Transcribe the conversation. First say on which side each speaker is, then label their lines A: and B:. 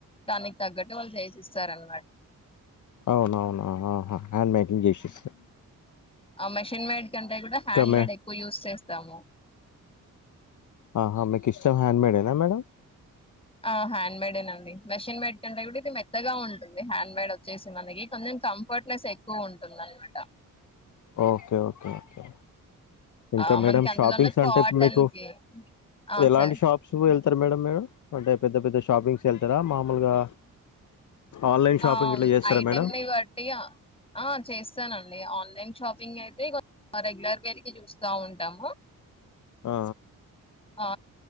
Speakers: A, on the left (about 15°); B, on the left (about 55°).
A: దానికి తగ్గట్టు వాళ్ళు చేసి ఇస్తార అనమాట
B: అవునవునాహ హ్యాండ్ మేకింగ్ చేసేస్తారు
A: ఆ మషన్ మేడ్ ంటే కూడా హ్యాడ్ేడ్
B: మే
A: ఎక్కువ ూ్ చేస్త స్తము
B: ఆహా మీకు ఇష్టం హ్యాండ్ మేడ్ేనా మేడం
A: ఆ హ్యాండ్ మేడేనండి మెషిన్ మేడ్ కంటే కూడా ఇది మెత్తగా ఉంటుంది హ్యాండ్ మేడ్ వచ్చేసి మనకి కొంచెం కంఫర్ట్నెస్ ఎక్కువ ఉంటుంది అనమాట
B: ఓకే ఓకే ఓకే ఇంకా
A: ఆ
B: మేడం
A: మనకి అందులోన్న
B: షాపింగ్స్
A: కాటన్
B: అంటే మీకు
A: కి ఆ
B: ఎలాంటి
A: సరే
B: షాప్స్ వె చెప్స్తారు మేడం మేడం అంటే పెద్ద పెద్ద షాపింగ్స్ వెళ్తారా మామూలుగా ఆన్లైన్ షాపింగ్
A: ఆ
B: ఇట్లా చేస్తారా
A: ఐటెంని
B: మేడం
A: బట్టి ఆ చేస్తాన ఆన్లైన్ షాపింగ్ అయితే రెగ్యులర్ వేరుకి చూస్తా ఉంటాము
B: ఆ
A: ఆ